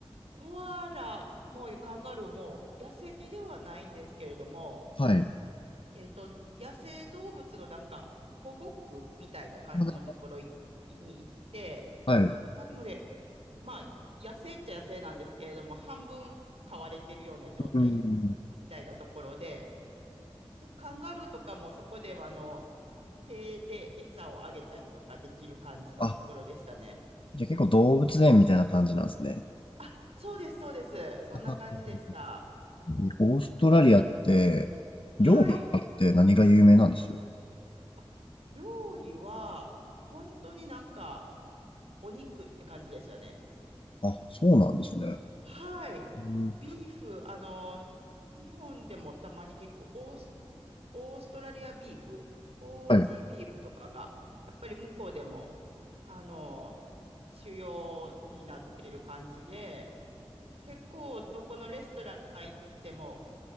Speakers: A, on the right (about 85°); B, on the left (about 60°).
A: コアラもカンガルーも野生ではないんですけれども、
B: はい。
A: えっと、野生動物のなんか保護区みたいな感じのところいに行って、
B: まだ、はい。
A: なので、まあ、野生っちゃ野生なんですけれども、半分飼われてるような状態
B: うん。
A: みたいなところで、で、カンガルーとかもそこではあの手で餌をあげたりとかできる感じのところでしたね。
B: あ、じゃあ結構動物園みたいな感じなんですね。
A: あ、そうです、そうです。そんな感じでした。
B: <laughs> えオーストラリアって、
A: だはい。
B: 料理とかって何が有名なんです
A: あ、料理は、本当になんか、お肉って感じでしたね。
B: あ、そうなんですね。
A: はい。
B: うん
A: ビーフ、あの、日本でもたまに聞くオース、オーストラリアビーフ、オージービーフとかが、
B: はい。うん
A: やっぱり向こうでも、あの、主要になってる感じで、結構どこのレストラン行っても、